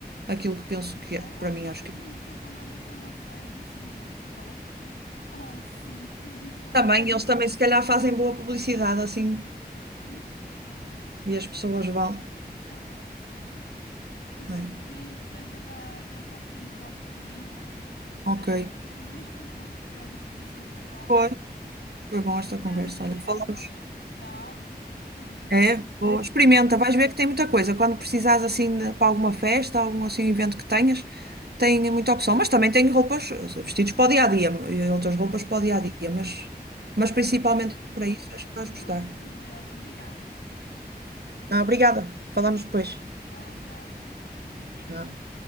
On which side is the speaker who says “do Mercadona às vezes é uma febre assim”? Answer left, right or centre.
Left